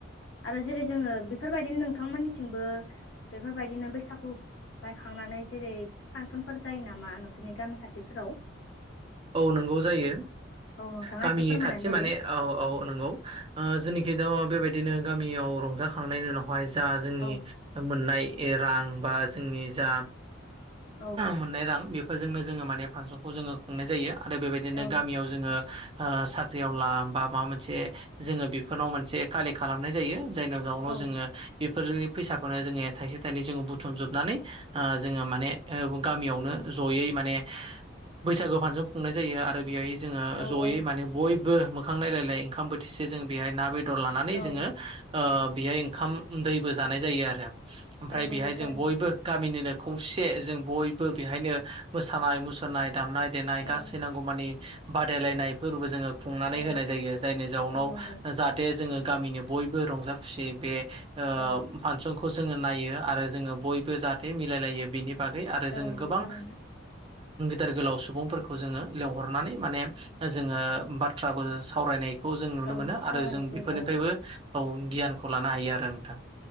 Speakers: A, on the left (about 70°); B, on the right (about 25°).
A: आरो जेरै जोङो बेफोरबायदिनो नोंथांमोननिथिंबो बेफोरबायदिनो बैसागु बायखांनानै जेरै फांसनफोर जायो नामा? बिसिनि गामि खाथिफोराव?
B: औ नंगौ जायो
A: औ नोंथाङा
B: गामिनि
A: एसे फोरमायनानै
B: खाथि
A: होदो
B: माने औ औ नंगौ। ओ जोंनिखि थ' बेबायदिनो गामियाव रंजाखांनायनि उनावहाय जा जोंनि
A: औ
B: मोननाय ए रां बा जोंनि जा
A: औ
B: मोननाय ओ रां बे बेजोंनो जोङो माने फांसनखौ जोङो खुंनाय जायो आरो बेबायदिनो
A: औ
B: गामियाव जोङो ओ साख्रियाव ला बा माबा मोनसे जोङो बेफोरनाव मोनसे कालिक खालामनाय जायो। जायनाव जाउनाव
A: औ
B: जोङो बेफोरनि फैसाखौनो जोङो थाइसे थाइनै जोङो बुथुमजोबनानै ओ जोङो औ माने गामियावनो ज'यै माने बैसागो फांसन खुंनाय जायो आरो बेहाय जोङो
A: औ औ
B: ज'यै माने बयबो मोखां नायलायलाय ओंखाम बोथिसे जों बेहाय ना बेदर लानानै
A: औ
B: जोङो ओ बेहाय ओंखाम दैबो जानाय जायो आरो ओमफ्राय
A: औ नंगौ
B: बेहाय
A: थारैनो
B: जों बयबो। गामिनिनो खौसे जों बयबो बेहायनो मोसानाय मुसुरनाय दामनाय देनाय गासै
A: औ
B: नांगौ बादलायनाय फोरबो जोङो खुंनानै
A: औ
B: होनाय जायो जायनि जाउनाव
A: औ नंगौ
B: दे जोङो गामिनि बयबो रंजा खुसिय बे
A: औ
B: फांसनखौ जोङो नायो आरो जोङो बयबो जाहाथे मिलायलायो बेनि। बागै आरो जोङो
A: औ नंगौ
B: गोबां।
A: थारैनो
B: देर गोलाव सुबुंफोरखौ जोङो लिंहरनानै माने जोङो बाथ्राबो सावरायनाय खौ जों नुनो
A: औ
B: मोनो
A: सावरायनाय
B: आरो जों
A: जायो
B: बेफोरनिफ्रायबो
A: औ
B: औ गियानखौ लानो हायो आरो नोंथां।